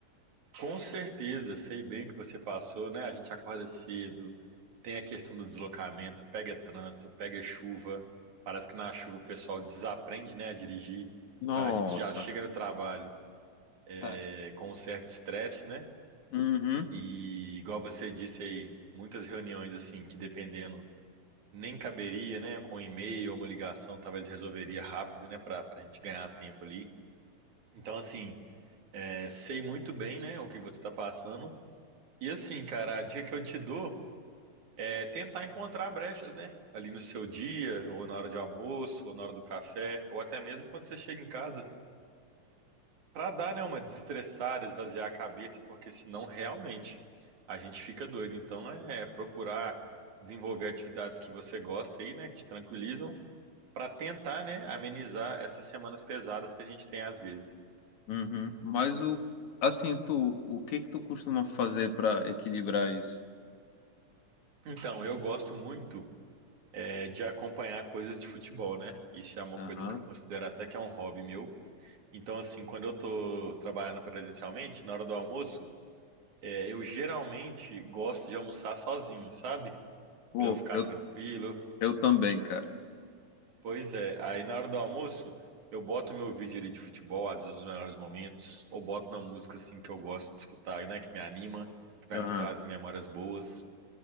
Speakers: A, on the right (about 60°); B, on the left (about 65°).
A: Com certeza, sei bem o que você passou, né? A gente acorda cedo, tem a questão do deslocamento, pega trânsito, pega chuva. Parece que na chuva o pessoal desaprende, né, a dirigir.
B: Nossa,
A: Então a gente já chega no trabalho
B: cara.
A: é, com um certo estresse, né?
B: Uhum.
A: E igual você disse aí, muitas reuniões assim, que dependendo nem caberia, né? Com um e-mail ou uma ligação, talvez resolveria rápido, né? Para a gente ganhar tempo ali. Então, assim, é, sei muito bem, né? O que você está passando. E assim, cara, a dica que eu te dou é tentar encontrar brechas, né? Ali no seu dia, ou na hora de almoço, ou na hora do café, ou até mesmo quando você chega em casa, para dar, né, uma desestressada, esvaziar a cabeça, porque senão realmente a gente fica doido. Então é procurar desenvolver atividades que você gosta aí, né, que te tranquilizam para tentar, né, amenizar essas semanas pesadas que a gente tem às vezes.
B: Uhum. Mas o assim, tu, o que que tu costuma fazer para equilibrar isso?
A: Então, eu gosto muito é, de acompanhar coisas de futebol, né? Isso é uma
B: Aham.
A: coisa que eu considero até que é um hobby meu. Então, assim, quando eu tô trabalhando presencialmente, na hora do almoço, é, eu geralmente gosto de almoçar sozinho, sabe?
B: Pô,
A: para eu ficar
B: eu
A: tranquilo.
B: eu também, cara.
A: Pois é, aí na hora do almoço, eu boto meu vídeo ali de futebol, às vezes nos melhores momentos, ou boto uma música assim que eu gosto de escutar, né? Que me anima, que vai
B: Aham.
A: me trazer memórias boas.